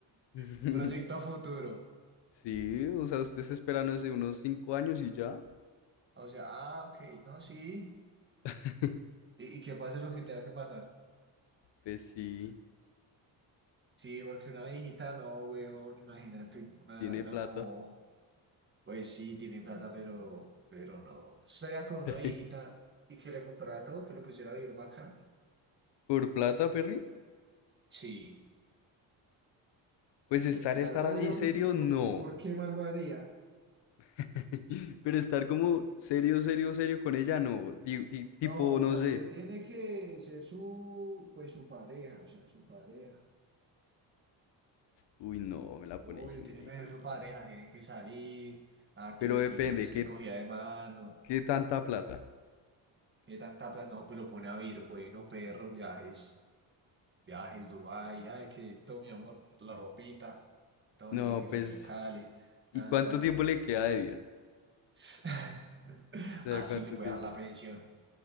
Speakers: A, on the left (about 60°); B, on the right (about 25°).
A: <laughs>
B: Un proyecto a futuro.
A: Sí, o sea, usted se espera, no sé, unos 5 años y ya.
B: O sea, ah, ok, no, sí.
A: <laughs>
B: Y, y que pase lo que tenga que pasar.
A: Pues sí,
B: Sí, porque una viejita, no, weón, imagínate, una,
A: tiene
B: no.
A: plata.
B: Pues sí, tiene plata, pero, pero no. Estaría con una
A: <laughs>
B: viejita y que le comprara todo, que le pusiera a vivir bacán.
A: ¿Por plata, Perry?
B: Sí.
A: Pues estar,
B: Por- la-
A: estar
B: Obvio,
A: así serio,
B: porque, porque,
A: no.
B: ¿por qué más lo haría?
A: <laughs> Pero estar como serio, serio, serio con ella, no. Di- di- tipo,
B: No, o
A: no
B: sea,
A: sé.
B: usted tiene que ser su, pues su pareja, o sea, su pareja.
A: Uy, no, me la
B: Obvio,
A: ponéis muy
B: tiene
A: difícil.
B: que ser su pareja, tiene que salir. a
A: Pero
B: que los
A: depende,
B: piquitos
A: ¿qué,
B: que cogía de mano.
A: qué tanta plata?
B: Que tanta plata, no, pues lo pone a vivir. Bueno, perro, viajes. Viajes en Dubái, ay, que todo mi amor, la ropita, todo
A: No,
B: mi pa' que se
A: pues,
B: acicale,
A: ¿y
B: tan,
A: cuánto
B: tan.
A: tiempo le queda de vida?
B: <laughs>
A: O sea,
B: Así
A: ¿cuánto
B: le puede
A: tiempo?
B: dar la pensión.